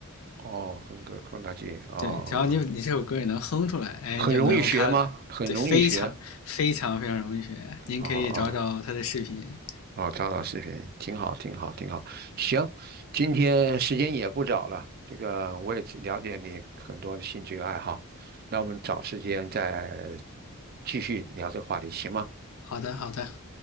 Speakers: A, on the right (about 45°); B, on the left (about 70°).
A: 哦，横膈扩大器哦，
B: 对，只要你你这首歌你能哼出来，哎，
A: 很容易学吗？
B: 你就能用它，
A: 很容易学
B: 对，非常非常非常容易学。
A: 哦哦
B: 您可以找找他的视频。
A: 哦，张老师，频，挺好，挺好，挺好。行，今天时间也不早了，这个我也了解你很多的兴趣爱好，那我们找时间再继续聊这个话题，行吗？
B: 好的，好的，